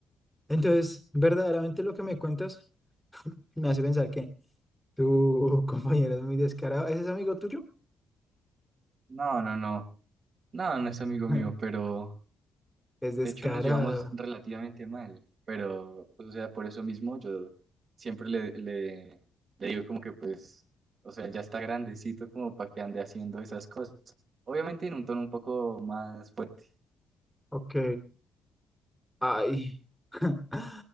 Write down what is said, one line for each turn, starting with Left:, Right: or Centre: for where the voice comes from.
Centre: Entonces, verdaderamente lo que me cuentas me hace pensar que tu <laughs> compañero es muy descarado. ¿Ese es amigo tuyo?
Right: No, no, no. No, no es amigo mío,
Centre: <laughs>
Right: pero
Centre: Es descarado.
Right: de hecho nos llevamos relativamente mal. Pero, pues, o sea, por eso mismo yo siempre le, le, le digo como que, pues, o sea, él ya está grandecito como para que ande haciendo esas cosas. Obviamente en un tono un poco más fuerte.
Centre: Ok. Ay. <laughs>